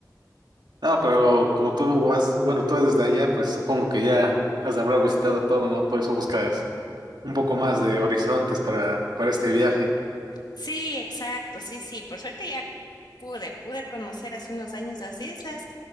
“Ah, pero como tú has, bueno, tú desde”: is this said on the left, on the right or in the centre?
Right